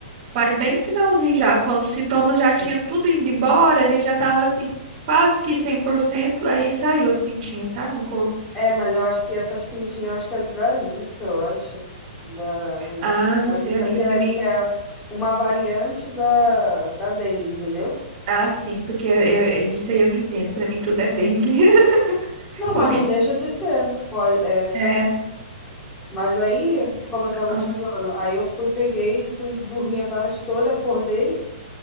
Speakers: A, on the right; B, in the centre.
A: mas bem no finalzinho já, quando os sintomas já tinham tudo indo embora, a gente já tava assim, quase que 100% aí saiu as pintinhas, sabe, no corpo.
B: É, mas eu acho que essas pintinhas, eu acho que é da zika, eu acho. Da,
A: Ah, não
B: da
A: sei,
B: zika,
A: amiga,
B: que
A: pra
B: é,
A: mim,
B: que é uma variante da, da dengue, entendeu?
A: ah, sim, porque eu, eu, disso aí eu não entendo, pra mim tudo é dengue, <laughs>
B: Não,
A: com
B: mas
A: pintinha.
B: não deixa de ser. Pode, é, tam-
A: É,
B: Mas aí, como eu tava
A: ah,
B: te falando, aí eu fui, peguei, fui dormir a tarde toda, acordei.